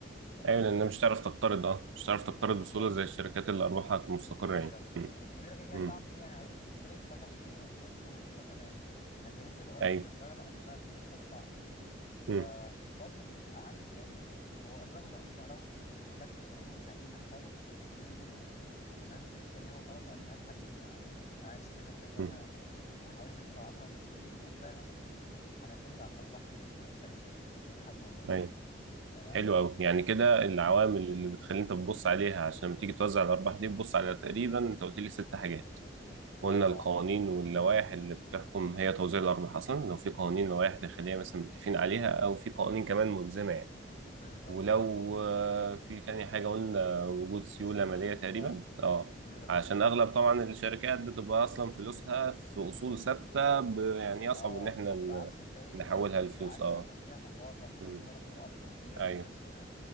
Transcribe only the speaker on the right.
ايوه لان مش هتعرف تقترض اه مش هتعرف تقترض
بسهوله زي الشركات اللي ارباحها مستقره
يعني
امم
امم
ايوه
امم
امم
ايوه
حلو قوي يعني كده العوامل اللي بتخلي انت تبص عليها عشان لما تيجي توزع الارباح دي تبص على تقريبا انت قلت لي ست حاجات قلنا
القوانين
واللوائح
اللي بتحكم هي توزيع الأرباح أصلا لو في قوانين لوائح داخلية مثلا متفقين عليها
أو في قوانين كمان ملزمة يعني
ولو
آه، في تاني حاجة قلنا وجود سيولة
مالية تقريبا
اه
عشان أغلب طبعا الشركات بتبقى أصلا فلوسها في أصول ثابتة ب- يعني يصعب
إن احنا
ن-
نحولها
لفلوس
اه
مم.
أيوه